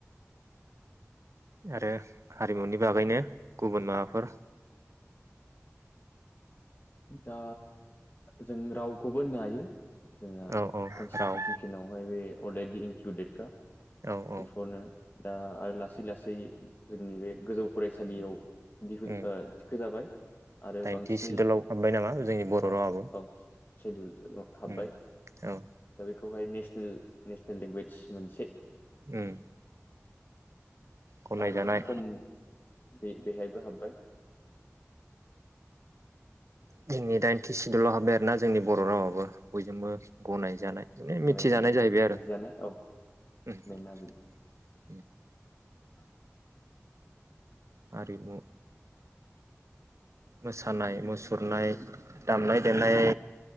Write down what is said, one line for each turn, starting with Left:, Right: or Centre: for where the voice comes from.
Right: आरो हारिमुनि बागैनो गुबुन माबाफोर
Left: दा जों रावखौबो होननो हायो। जोंना
Right: औ औ
Left: कनस्टिटिउसनावहाय
Right: राव
Left: बे अलरेडि इनक्लुदेडखा
Right: औ औ
Left: बेफोरनो दा आरो लासै लासैयै जोंनि बे गोजौ फरायसालियाव दिहुन
Right: उम
Left: ओ थिखो जाबाय। आरो
Right: दाइनथि
Left: बांसिनै
Right: सिदुलाव हाबबाय नामा जोंनि बर'
Left: औ
Right: रावाबो
Left: औ सेडिउल हाब्बाय
Right: उम औ
Left: दा बेखौहाय नेसनेल नेसनेल लेंगुवेज मोनसे
Right: उम गनायजानाय
Left: माबाया खम बे-बेहायबो हाबबाय।
Right: जोंनि दाइनथि सिदुलाव हाबबाय आरोना जोंनि बर रावाबो बयजोंबो गनाय जानाय माने मिथिजानाय
Left: गनायजानाय
Right: जाहैबाय
Left: मिथिजानाय
Right: आरो
Left: औ
Right: उम
Left: मेना बेनो <inaudible>
Right: हारिमु मोसानाय मुसुरनाय दामनाय देनाय